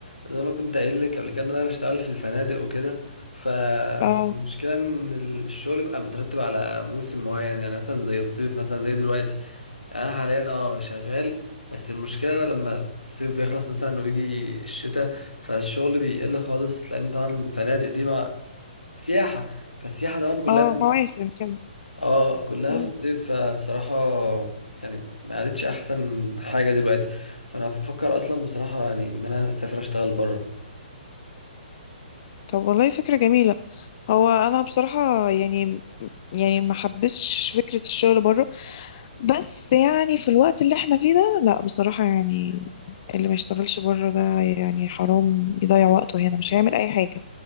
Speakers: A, on the left; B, on the left.
A: زي ما أنا كنت قايل لك قبل كده ان انا بشتغل في الفنادق وكده فالمشكله
B: اه
A: ان ال- الشغل بيبقى مترتب على موسم معين يعني مثلا زي الصيف مثلا زي دلوقتي يعني انا حاليا اه شغال بس المشكله لما الصيف بيخلص مثلا وبيجي الشتاء فالشغل بيقل خالص لان طبعا الفنادق دي مع سياحه فالسياحه طبعا كلها
B: اه مواسم كده
A: اه كلها
B: مم.
A: في الصيف فبصراحة يعني ما عادتش احسن حاجة دلوقتي فانا بفكر اصلا بصراحة يعني ان انا اسافر اشتغل بره
B: طب والله فكرة جميلة هو انا بصراحة يعني يعني ما حبسش فكرة الشغل بره بس يعني في الوقت اللي احنا فيه ده لا بصراحة يعني اللي ما يشتغلش بره ده يعني حرام يضيع وقته هنا مش هيعمل اي حاجة